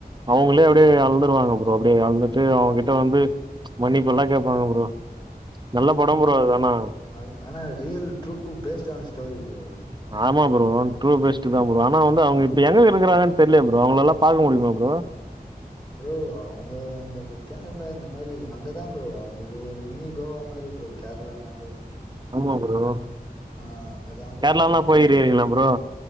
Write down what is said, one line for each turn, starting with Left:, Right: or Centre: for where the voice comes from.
Right: அவுங்களே அப்டியே அழுந்துருவாங்க ப்ரோ அப்டியே அழுதுட்டு அவ கிட்ட வந்து மன்னிப்பெல்லா கேப்பாங்க ப்ரோ நல்ல படோ ப்ரோ அது ஆனா
Left: அது ஆனா ரியல் ட்ரூ பேஸ்ட் ஆன ஸ்டோரி ப்ரோ அது
Right: ஆமா ப்ரோ ட்ரு பெஸ்ட் தா ப்ரோ ஆனா வந்து அவுங்க இப்ப எங்க இருக்காங்கன் தெரியலய ப்ரோ அவங்கள எல்லா பாக்க முடியுமா ப்ரோ
Left: ப்ரோ அவுங்க வந்து கேரளா இந்த மாரி அங்கதா ப்ரோ அவுங்கள்து ஒரு மினி கோவா மாரி ப்ரோ கேரளானாலே
Right: ஆமா ப்ரோ
Left: ஆ அங்கதா
Right: கேரளாலா போயிறீீங்களா ப்ரோ